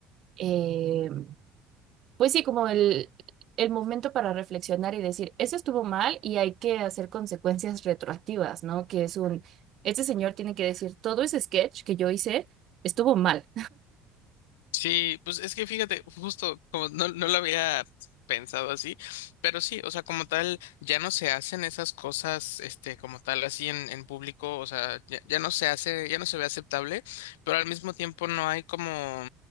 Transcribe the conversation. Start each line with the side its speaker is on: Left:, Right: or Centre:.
Right: eh, pues sí, como el, el momento para reflexionar y decir, eso estuvo mal y hay que hacer consecuencias retroactivas, ¿no? Que es un, este señor tiene que decir, todo ese sketch que yo hice estuvo mal.
Left: Sí, pues es que fíjate, justo como no, no lo había pensado así, pero sí, o sea, como tal, ya no se hacen esas cosas, este, como tal, así en, en público, o sea, ya, ya no se hace, ya no se ve aceptable, pero al mismo tiempo no hay como,